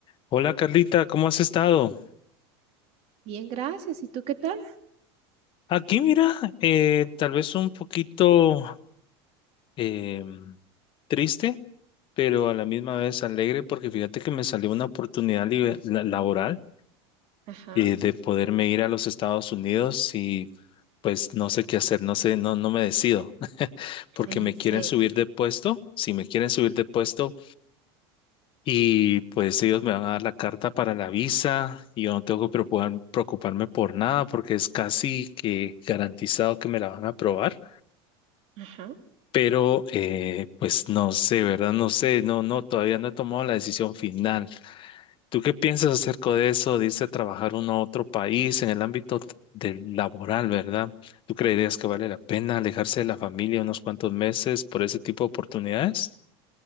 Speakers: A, on the left; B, on the right.
A: Hola Carlita, ¿cómo has estado?
B: Bien, gracias. ¿Y tú qué tal?
A: Aquí mira, eh, tal vez un poquito em, triste, pero a la misma vez alegre porque fíjate que me salió una oportunidad libe- la- laboral
B: Ajá,
A: eh, de poderme ir a los Estados Unidos y pues no sé qué hacer, no sé, no, no me decido <laughs> porque
B: En
A: me quieren
B: serio.
A: subir de puesto. Si me quieren subir de puesto, Y pues ellos me van a dar la carta para la visa y yo no tengo que preocupar- preocuparme por nada porque es casi que garantizado que me la van a aprobar.
B: ajá.
A: Pero eh, pues no sé, ¿verdad? No sé, no, no, todavía no he tomado la decisión final. ¿Tú qué piensas acerca de eso? Dice trabajar uno a otro país en el ámbito t- del laboral, ¿verdad? ¿Tú creerías que vale la pena alejarse de la familia unos cuantos meses por ese tipo de oportunidades?